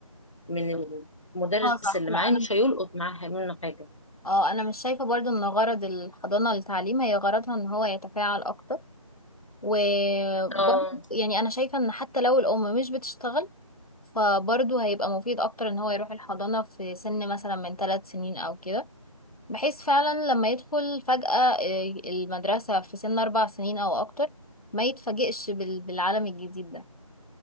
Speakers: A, on the left (about 55°); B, on the left (about 80°).
A: من المدرس
B: اه صح
A: اللي
B: لا
A: معاه
B: انا
A: مش هيلقط معاه منه حاجة
B: اه انا مش شايفة برضو ان غرض الحضانة للتعليم هي غرضها ان هو يتفاعل اكتر وبرضو
A: اه
B: يعني انا شايفة ان حتى لو الام مش بتشتغل فبرضو هيبقى مفيد اكتر ان هو يروح الحضانة في سن مثلا من ثلاث سنين او كده بحيث فعلا لما يدخل فجأة آه، المدرسة في سن اربع سنين او اكتر ما يتفاجئش بال- بالعالم الجديد ده